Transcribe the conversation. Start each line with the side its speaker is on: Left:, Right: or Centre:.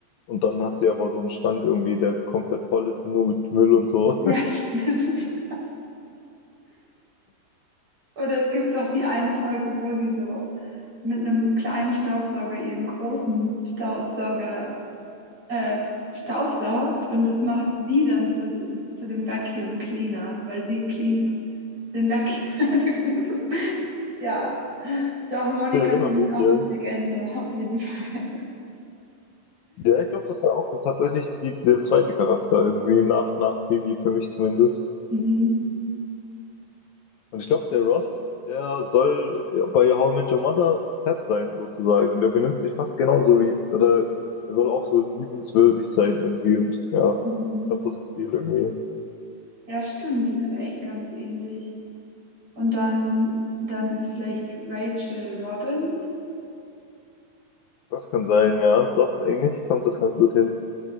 Left: Und dann hat sie aber so einen Schrank irgendwie, der komplett voll ist, nur mit Müll und so.
Right: Ja,
Left: <laughs>
Right: stimmt. Oder es gibt doch die eine Folge, wo sie so mit einem kleinen Staubsauger ihren großen Staubsauger äh, staubsaugt und das macht sie dann zu, zu dem Vacuum Cleaner, weil sie cleant den Vacuum. <laughs> Also das ist- Ja, doch, Monika
Left: Ich erinnere
Right: finde
Left: mich,
Right: ich auch
Left: ja.
Right: eine Legende, auf jeden Fall.
Left: Ja, ich glaube, das war auch so tatsächlich die, der zweite Charakter irgendwie, nach, nach Phoebe, für mich zumindest.
Right: <laughs> Mhm.
Left: Und ich glaube, der Ross, der soll bei How I Met Your Mother Ted sein, sozusagen. Der benimmt sich fast genauso wie, oder er soll auch so liebenswürdig sein irgendwie. Und ja, ich
Right: Mhm.
Left: habe das Gefühl irgendwie.
Right: Ja, stimmt, die sind echt ganz ähnlich. Und dann, dann ist vielleicht Rachel Robin
Left: Das kann sein, ja. Doch, eigentlich kommt das ganz gut hin.